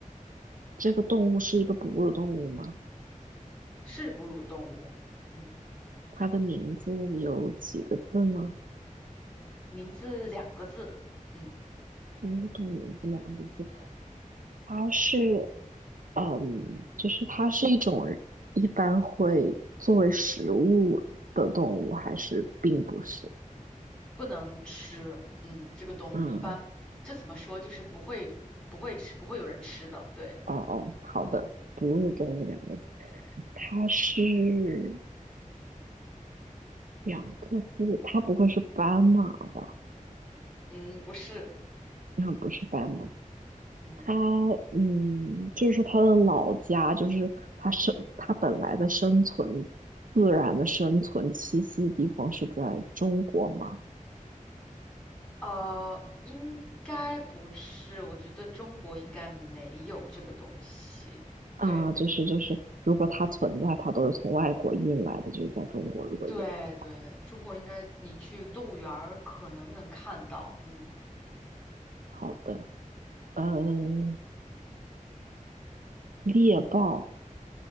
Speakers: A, on the right; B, in the centre.
A: 这个动物是一个哺乳动物吗？
B: 是哺乳动物，嗯，
A: 它的名字有几个字呢？
B: 名字两个字，嗯，
A: 哺乳动物名字两个字，它是，嗯，就是它是一种一般会作为食物的动物，还是并不是？
B: 不能吃，嗯，这个动物一般这怎么说，
A: 嗯。
B: 就是不会不会吃，不会有人吃的，对，
A: 哦哦，好的，哺乳动物两个字，它是两个字，它不会是斑马吧？
B: 嗯，不是，
A: 应该不是斑马，
B: 嗯。
A: 它嗯，就是说它的老家，就是它生它本来的生存自然的生存栖息地方是在中国吗？
B: 呃，应该不是，我觉得中国应该没有这个东西。
A: 啊，
B: 对，没，
A: 就是就是，如果它存在，它都是从外国运来的，就是在中国如果有的话，
B: 对对，中国应该你去动物园儿可能能看到。嗯，
A: 好的，嗯，猎豹